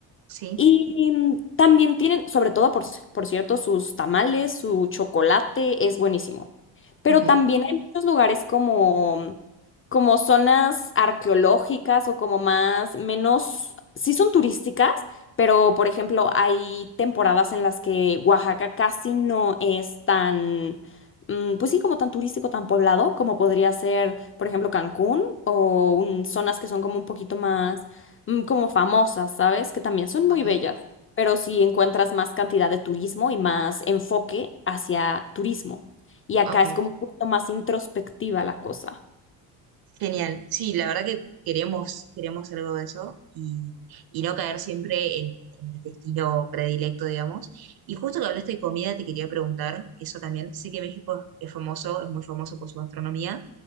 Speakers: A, on the right (about 50°); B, on the left (about 30°).
A: sí,
B: Y mm, también tienen, sobre todo, por, c- por cierto, sus tamales, su chocolate es buenísimo. Pero
A: ok,
B: también hay muchos lugares como, mm, como zonas arqueológicas o como más, menos, sí son turísticas, pero por ejemplo hay temporadas en las que Oaxaca casi no es tan, mm, pues sí, como tan turístico, tan poblado, como podría ser, por ejemplo, Cancún o un- zonas que son como un poquito más mm, como famosas, ¿sabes? Que también son
A: ok,
B: muy bellas, pero sí encuentras más cantidad de turismo y más enfoque hacia turismo. Y acá
A: ok.
B: es como un poco más introspectiva la cosa.
A: Genial. Sí, la verdad que queremos, queremos algo de eso y, y no caer siempre en, en el destino predilecto, digamos. Y justo que hablaste de comida, te quería preguntar eso también. Sé que México es famoso, es muy famoso por su gastronomía.